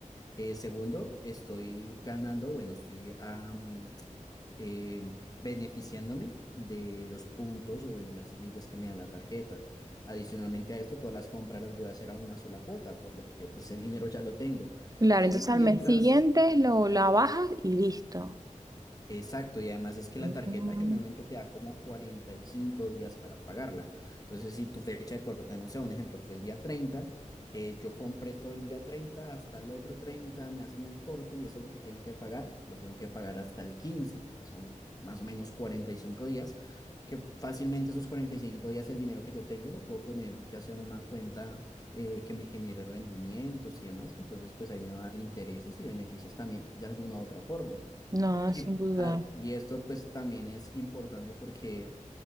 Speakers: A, on the left; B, on the right.
A: Eh, segundo, estoy ganando, bueno, estoy am, em, beneficiándome de los puntos o, bueno, las millas que me da la tarjeta. Adicionalmente a esto, todas las compras las voy a hacer a una sola cuota, por lo que pues el dinero ya lo tengo.
B: Claro,
A: Y
B: entonces al
A: mientras
B: mes siguiente lo, la bajas y listo.
A: Exacto, y además es que
B: Mm,
A: la tarjeta generalmente te da como 45 días para pagarla. Entonces, si tu fecha de corte, no sé, un ejemplo, fue el día 30 eh, yo compré todo el día 30 hasta el otro 30 me hacen el corte y eso es lo que tengo que pagar, lo tengo que pagar hasta el 15 o sea, son más o menos 45 días, que fácilmente esos 45 días el dinero que yo tengo lo puedo poner ya sea en una cuenta eh, que me genere rendimientos y demás, entonces pues ahí me va a dar intereses y beneficios también de alguna otra forma.
B: No,
A: Y,
B: sin duda.
A: ah, y esto pues también es importante porque,